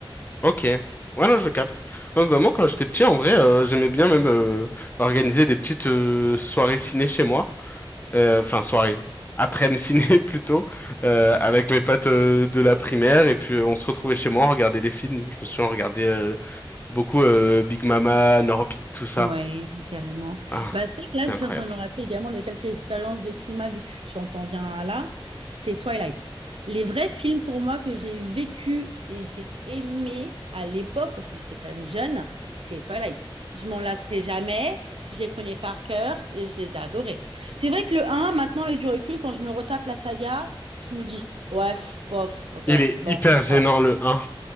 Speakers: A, on the left (about 20°); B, on the right (about 80°).
A: Ok. Ouais, non, je capte. Ouais, bah, moi, quand j'étais petit, en vrai, euh, j'aimais bien même euh, organiser des petites euh, soirées ciné chez moi. Euh, Enfin, soirée. Après-midi ciné, <laughs> plutôt. euh, avec mes potes euh, de la primaire. Et puis, euh, on se retrouvait chez moi, on regardait des films. Je me souviens, on regardait euh, beaucoup euh, Big Mama, Norbit, tout ça.
B: Ouais, carrément.
A: Ah,
B: Bah, tu sais que là,
A: c'est
B: je
A: incroyable.
B: suis en train de me rappeler également de quelques expériences de cinéma vécues. Tu en t'en viens à là, c'est Twilight. Les vrais films pour moi que j'ai vécu et j'ai aimé à l'époque, parce que j'étais quand même jeune, c'est Twilight. Je m'en lasserai jamais, je les connais par cœur et je les ai adorés. C'est vrai que le un, maintenant avec du recul, quand je me retape la saga, je me dis, ouais, pff, bof, ok,
A: Il est
B: bon,
A: hyper
B: d'accord.
A: gênant, le 1.